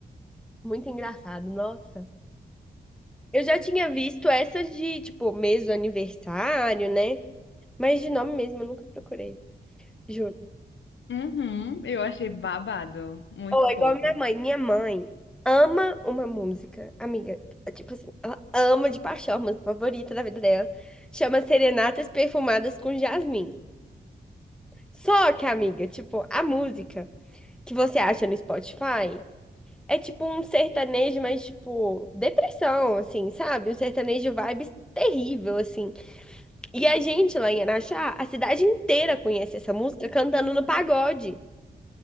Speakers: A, in the centre; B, on the left.
A: muito engraçado, nossa. Eu já tinha visto essas de, tipo, mês do aniversário, né? Mas de nome mesmo eu nunca procurei, juro.
B: Uhum, eu achei babado. Muito
A: Ou é
B: fofo.
A: igual a minha mãe. Minha mãe ama uma música, amiga. é Tipo assim, ela ama de paixão, a música favorita da vida dela. Chama Serenatas Perfumadas com Jasmim. Só que, amiga, tipo, a música que você acha no Spotify é tipo um sertanejo, mas tipo, depressão, assim, sabe? Um sertanejo vibes terrível, assim. E a gente lá em Araxá, a cidade inteira conhece essa música cantando no pagode.